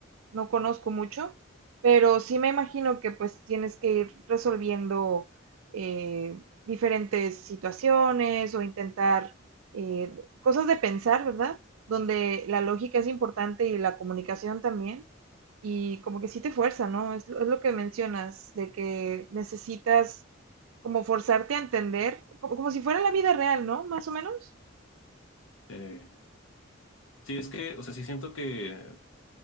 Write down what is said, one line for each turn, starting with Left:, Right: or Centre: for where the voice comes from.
Right: no conozco mucho, pero sí me imagino que pues tienes que ir resolviendo eh, diferentes situaciones o intentar eh, cosas de pensar, ¿verdad? Donde la lógica es importante y la comunicación también. Y como que sí te fuerza, ¿no? Es, es lo que mencionas, de que necesitas como forzarte a entender, como, como si fuera la vida real, ¿no? Más o menos.
Left: Eh, sí, es que, o sea, sí siento que